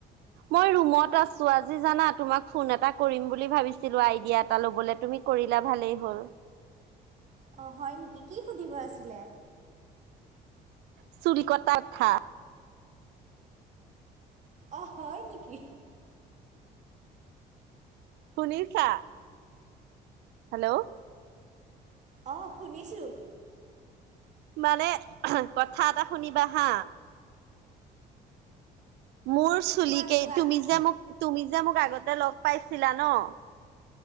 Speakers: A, on the right; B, on the right.
A: মই ৰুমত আছো। আজি জানা তোমাক ফোন এটা কৰিম বুলি ভাবিছিলোঁ। আইডিয়া এটা লবলৈ তুমি কৰিলা ভালেই হল।
B: অ হয় নেকি, কি সুধিব আছিলে?
A: চুৰি কটাৰ কথা।
B: অহ হয় নেকি।
A: শুনিছা। হেল্ল
B: অ শুনিছোঁ।
A: মানে কথা এটা শুনিবা হাঁ। মোৰ চুলিকেই
B: কোৱা কোৱা
A: তুমি যে মোক তুমি যে মোক আগতে লগ পাইছিলা নহ